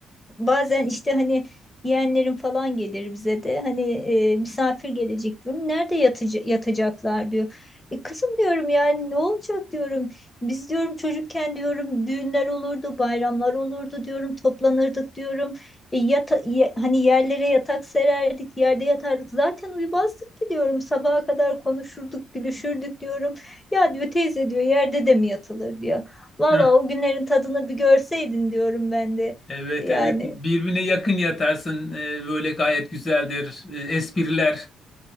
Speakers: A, on the left; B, on the left.
A: bazen işte hani yeğenlerim falan gelir bize de hani e, misafir gelecek diyorum. Nerede yatıcı, yatacaklar diyor. E, kızım diyorum yani ne olacak diyorum. Biz diyorum çocukken diyorum düğünler olurdu, bayramlar olurdu diyorum, toplanırdık diyorum. E, yata, ye- hani yerlere yatak sererdik, yerde yatardık. Zaten uyumazdık ki diyorum. Sabaha kadar konuşurduk, gülüşürdük diyorum. Ya diyor teyze diyor yerde de mi yatılır diyor. Valla
B: Heh,
A: o günlerin tadını bir görseydin diyorum ben de.
B: evet
A: Yani
B: evet. Birbirine yakın yatarsın. Ee, böyle gayet güzeldir. Ee, espriler